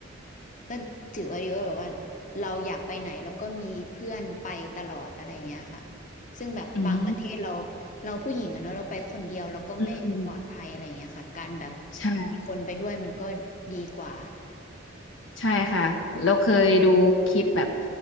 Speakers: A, on the left; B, on the left.
A: ก็ถือว่าดีว่าแบบว่าเราอยากไปไหนแล้วก็มีเพื่อนไปตลอดอะไรเงี้ยค่ะซึ่งแบบบางประเทศเรา
B: อืม
A: เราผู้หญิงอะเนาะเราไปคนเดียวเราก็ไม่ปลอดภัยอะไรเงี้ยค่ะการแบบ
B: อืมอืมใช่
A: มีคนไปด้วยมันก็ดีกว่า
B: ใช่ค่ะเราเคยดูคลิปแบบ